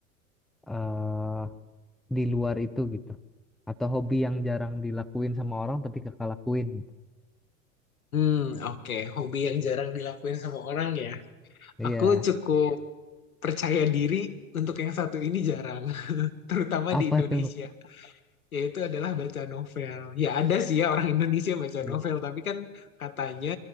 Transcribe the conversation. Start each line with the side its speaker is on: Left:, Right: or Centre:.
Centre: eh di luar itu gitu atau hobi yang jarang dilakuin sama orang tapi kakak lakuin gitu
Left: Hmm, oke. Hobi yang jarang dilakuin sama orang ya.
Centre: iya
Left: Aku cukup percaya diri untuk yang satu ini jarang, <laughs> terutama
Centre: apa
Left: di Indonesia,
Centre: tuh
Left: yaitu adalah baca novel. Ya ada sih ya orang Indonesia baca
Centre: iya
Left: novel, tapi kan katanya